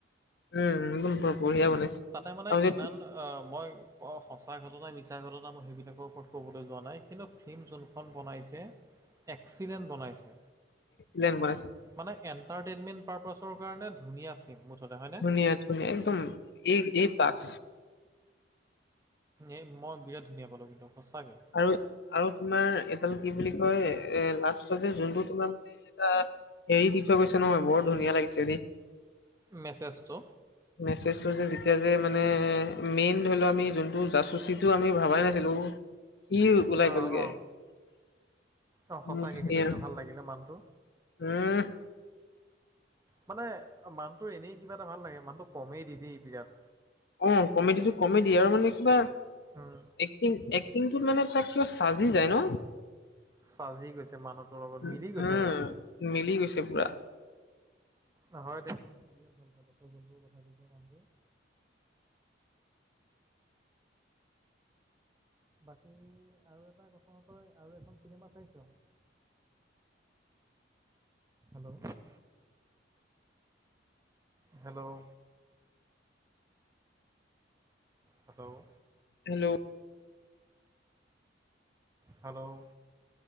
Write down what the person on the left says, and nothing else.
উম, <unintelligible> বঢ়িয়া বনাইছে।
আৰু যে
লেন বনাইচি।
ধুনীয়া ধুনীয়া একদম এ -এ প্লাছ।
আৰু -আৰু তোমাৰ এডাল কি বুলি কয় এ লাষ্টত যে যোনটো তোমান <unintelligible> এৰি দি থৈ গৈছে নহয় বৰ ধুনীয়া লাগিছে দে।
মেছেজটো যে যেতিয়া যে মানে মেইন ধৰি লও আমি যোনটো জাচুচিটো আমি ভাবাই নাছিলো। সি ওলাই
গ'লগে।
উম,
ধুনীয়া
উম,
অ, কমেডি টো কমেডি আৰু মানে কিবা
এক্টিং- এক্টিংটোত মানে তাক কিবা সাজি যায় ন?
উম,
উম
মিলি গৈছে পুৰা।
হেল্লো',